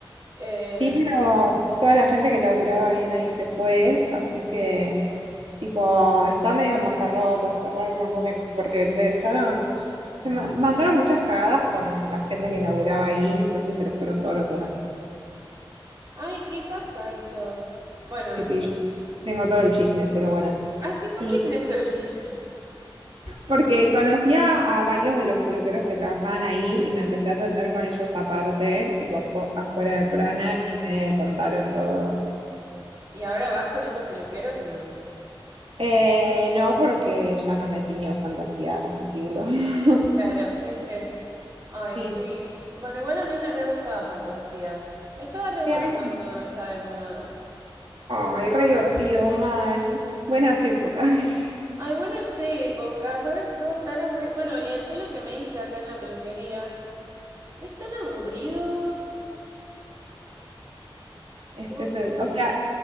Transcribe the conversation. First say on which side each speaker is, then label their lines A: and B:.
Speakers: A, on the right; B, on the right.
A: Eh,
B: Sí, pero toda la gente que laburaba bien ahí se fue, así que, tipo, está medio en bancarrota, cerraron un montón de... porque empezaron, se ma- mandaron muchas cagadas con la gente que laburaba ahí, entonces se les fueron
A: Ah,
B: todos
A: mira.
B: los buenos.
A: Ay, qué paja eso. Bueno,
B: Sí, sí, yo tengo todo el chisme, pero bueno.
A: ah así porque
B: Y
A: en esto del chisme.
B: porque conocía a varios de los peluqueros que trabajaban ahí y me empecé a atender con ellos aparte, tipo, po- afuera de Prana, y me contaron todo.
A: ¿Y ahora vas con esos peluqueros o no?
B: Eh, no, porque ya no me tiño fantasía hace siglos. <laughs>
A: Claro, jeje. Ay,
B: Sí,
A: sí. Bueno, igual a mí me re gustaba Fantasía. Ahí estaba re bueno
B: sí, a mí
A: cuando
B: también.
A: estaba de moda.
B: Ay, re divertido, mal. Buenas épocas. <laughs>
A: Ay, buenas épocas. Ahora es todo tan aburrido. Bueno, y el pelo que me hice acá en la peluquería es tan aburrido.
B: Es
A: ¿Cómo?
B: ese, o sea,